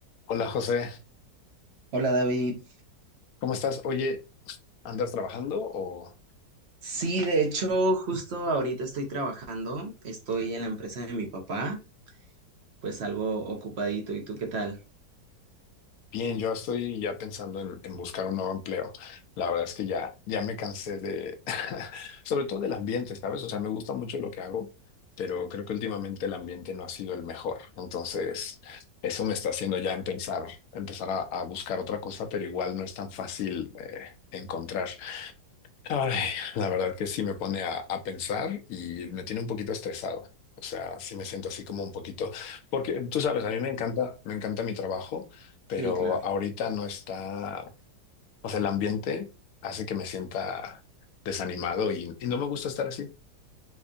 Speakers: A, on the left (about 70°); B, on the right (about 55°).
A: Hola José,
B: Hola David.
A: ¿cómo estás? Oye, ¿andas trabajando o
B: Sí, de hecho, justo ahorita estoy trabajando, estoy en la empresa de mi papá, pues algo ocupadito. ¿Y tú qué tal?
A: bien? Yo estoy ya pensando en, en buscar un nuevo empleo. La verdad es que ya, ya me cansé de, <laughs> sobre todo del ambiente, ¿sabes? O sea, me gusta mucho lo que hago, pero creo que últimamente el ambiente no ha sido el mejor. Entonces, eso me está haciendo ya en pensar, empezar a, a buscar otra cosa, pero igual no es tan fácil eh, encontrar. Ay, la verdad que sí me pone a, a pensar y me tiene un poquito estresado. O sea, sí me siento así como un poquito, porque tú sabes, a mí me encanta, me encanta mi trabajo, pero
B: Sí, claro.
A: ahorita no está, o sea, el ambiente hace que me sienta desanimado y, y no me gusta estar así.